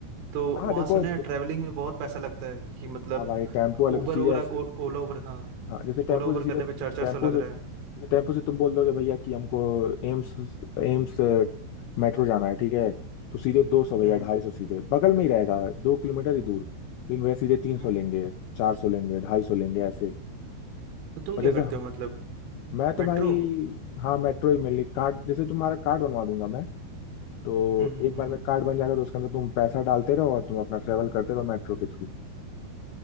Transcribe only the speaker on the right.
तो
वहाँ
सुने हैं
ट्रैवलिंग में बहुत पैसा लगता है कि मतलब
उबर
ओला
ओ, ओला उबर हाँ
ओला उबर
करने पे चार चार
सौ लग
रहा
है
हम्म
हम्म
हम्म।
तो तुम
क्या
करते हो मतलब
मेट्रो
हम्म हम्म
हम्म
हम्म।